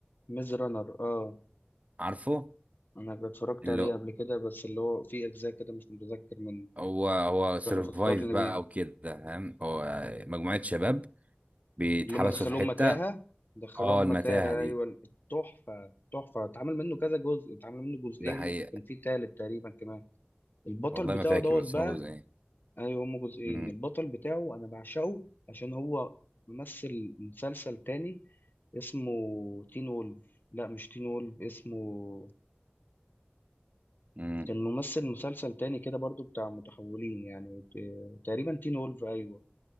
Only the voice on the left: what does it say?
ميز رانر أه
أنا اتفرجت
عليه قبل كده بس اللي هو في أجزاء كده مش متذكر من
فكرني
بيه
اللي هم دخلوهم
متاهة دخلوهم
متاهة
أيوة تحفة تحفة اتعمل منه كذا جزء اتعمل منه جزئين
كان في تالت تقريبا كمان البطل
بتاعه
دوت
بقى
ايوه هما جزئين
البطل بتاعه انا بعشقه عشان هو ممثل مسلسل تاني اسمه تين وولف لا مش تين وولف اسمه
كان ممثل مسلسل تاني كده برضو بتاع متحولين يعني ت- تقريبا تين وولف ايوه